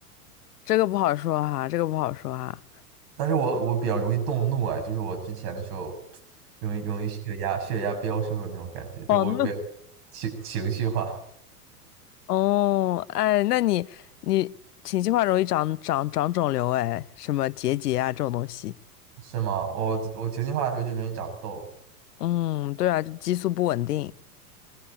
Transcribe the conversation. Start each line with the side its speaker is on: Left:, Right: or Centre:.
Left: 这个不好说哈，这个不好说哈。
Right: 但是我我比较容易动怒啊，就是我之前的时候，容易容易血压血压飙升的那种感觉，就我比较
Left: 哦，那。
Right: 情情绪化，
Left: 哦，哎，那你你情绪化容易长长长肿瘤，哎，什么结节啊这种东西。
Right: 是吗？我我情绪化的时候就容易长痘。
Left: 嗯，对啊，就激素不稳定。